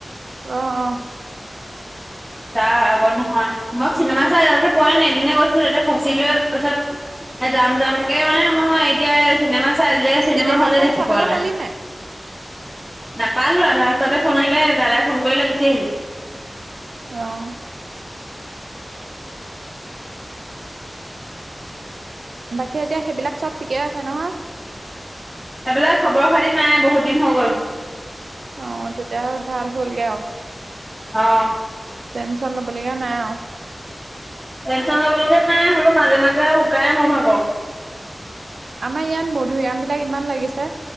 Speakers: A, on the right; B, in the centre.
A: অ' অ'।
B: তাৰ আগত নহয় মই চিনেমা চাই আজিলৈকে পোৱা নাই, এদিনে গৈছিলোঁ তাতে ফচিলোৱে তাৰপিছত এ যাম যামকে মানে মই এতিয়া চিনেমা চাই আজিলৈকে চিনেমা
A: চিনেমাখন
B: হলে দেখি
A: চাবলৈ
B: পোৱা নাই।
A: পালি
B: নাপালো, আধা ৰাস্ততে ফোন আহিলে দাদাই ফোন কৰিলে গুচি আহিলোঁ।
A: অ' বাকী এতিয়া সেইবিলাক চব ঠিকে আছে নহয়।
B: এইবিলাক খবৰ-খাতি নাই বহুত দিন হৈ গ'ল।
A: অ' তেতিয়া ভাল হ'লগে আৰু।
B: অ
A: টেনশন ল'বলগীয়া নাই আৰু।
B: টেনশন ল'বলগীয়া নাই, হ'লেও মাজে-মাজে আৰু উকাই মোৰ ভাগৰ।
A: আমাৰ ইয়াত মধুৰিআম বিলাক ইমান লাগিছে।